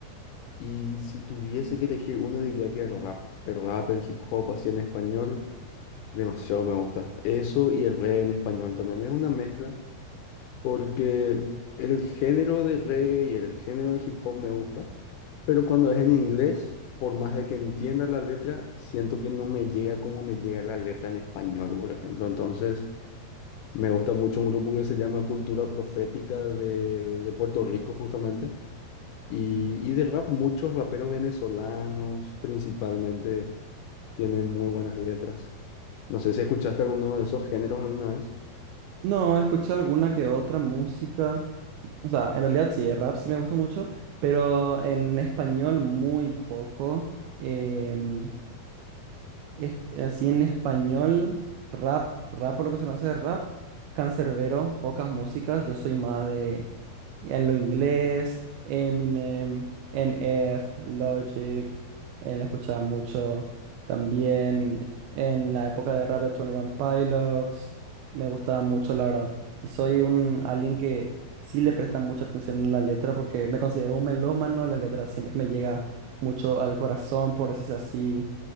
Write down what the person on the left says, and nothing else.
y si tuviese que elegir uno diría que el rap. El rap, el hip hop así en español, demasiado me gusta. Eso y el reggae en español también. Es una mezcla porque el género de reggae y el género de hip hop me gusta, pero cuando es en inglés, por más de que entienda la letra, siento que no me llega como me llega la letra en español, por ejemplo. Entonces, me gusta mucho un grupo que se llama Cultura Profética de, de Puerto Rico, justamente, y, y de rap, muchos raperos venezolanos, principalmente, tienen muy buenas letras. No sé si escuchaste alguno de esos géneros alguna vez.